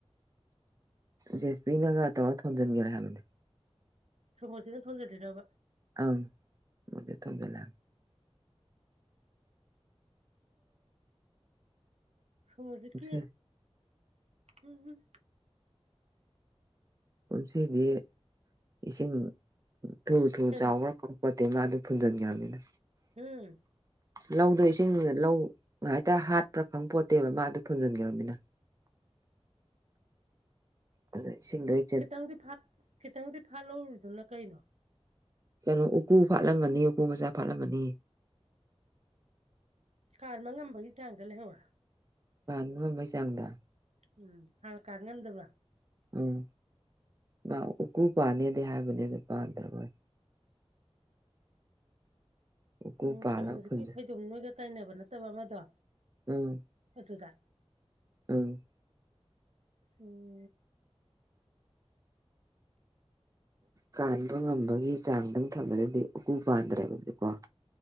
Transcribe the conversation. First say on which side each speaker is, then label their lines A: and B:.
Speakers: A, on the right; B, on the right.
A: ꯖꯦꯁꯕꯤꯅꯒ ꯇꯧꯔ ꯊꯣꯟꯖꯤꯟꯒ꯭ꯔꯦ ꯍꯥꯏꯕꯅꯦ
B: ꯁꯣꯔꯣꯖꯤꯠꯅ ꯊꯣꯟꯖꯜ ꯂꯤꯔꯕ
A: ꯑꯪ ꯃꯣꯔꯖꯤꯠ ꯊꯣꯟꯖꯜꯂꯦ ꯍꯥꯏ
B: ꯁꯣꯃꯣꯔꯖꯤꯠ
A: ꯀꯨꯝꯁꯤ
B: ꯀꯤ ꯎꯝ
A: ꯀꯨꯝꯁꯤꯗꯤ ꯏꯁꯤꯡ ꯊꯨ ꯊꯨ
B: ꯀꯩꯅꯣ
A: ꯆꯥꯎꯕ꯭ꯔꯥ ꯈꯪ ꯄꯣꯠꯇꯦ ꯃꯥ ꯑꯗꯨ ꯐꯨꯟꯖꯟꯒ꯭ꯔꯃꯤꯅꯥ
B: ꯍꯨꯝ
A: ꯂꯧꯗꯣ ꯏꯁꯤꯡ ꯂꯧ ꯉꯥꯏꯍꯥꯏꯇ ꯍꯥꯠꯄ꯭ꯔꯥ ꯈꯪꯄꯣꯠꯇꯦꯕ ꯃꯥ ꯑꯗꯨ ꯐꯨꯖꯟꯒ꯭ꯔꯃꯤꯅ ꯑꯗꯩ ꯏꯁꯤꯡ ꯗꯩ
B: ꯈꯤꯇꯪꯗꯤ ꯐꯥꯠ ꯈꯤꯇꯪꯗꯤ ꯐꯥꯠꯂꯧꯔꯤꯗꯨꯅ ꯀꯩꯅꯣ
A: ꯀꯩꯅꯣ ꯎꯀꯨ ꯐꯥꯠꯂꯝꯃꯅꯤ ꯎꯀꯨ ꯃꯆꯥ ꯐꯥꯠꯂꯝꯃꯅꯤ
B: ꯀꯥꯟꯕ ꯉꯝꯕꯒꯤ ꯆꯥꯡꯗ ꯂꯩꯍꯧꯔꯦ
A: ꯀꯥꯟꯕ ꯉꯝꯕꯩ ꯆꯥꯡꯗ
B: ꯎꯝ ꯍꯥꯟ ꯀꯟ ꯉꯝꯗꯕ꯭ꯔꯥ
A: ꯎꯝ ꯃꯥ ꯎꯀꯨ ꯄꯥꯟꯅꯦꯗꯤ ꯍꯥꯏꯕꯅꯦ ꯑꯗꯨ ꯄꯥꯟꯗ꯭ꯔꯕꯣꯏ ꯎꯀꯨ
B: ꯎꯝ
A: ꯄꯥꯜꯂꯒ
B: ꯁꯣꯃꯣꯔꯖꯤꯠꯀꯤ
A: ꯐꯨꯟꯖꯟ
B: ꯐꯩꯗꯣꯝ ꯅꯣꯏꯒ ꯇꯥꯏꯅꯕ ꯅꯠꯇꯕ ꯑꯃꯗꯣ
A: ꯎꯝ
B: ꯑꯗꯨꯗ
A: ꯎꯝ
B: <unintelligible>
A: ꯀꯥꯟꯕ ꯉꯝꯕꯒꯤ ꯆꯥꯡꯗꯪ ꯊꯝꯕꯗꯗꯤ ꯎꯀꯨ ꯄꯥꯟꯗ꯭ꯔꯦꯕꯅꯦꯀꯣ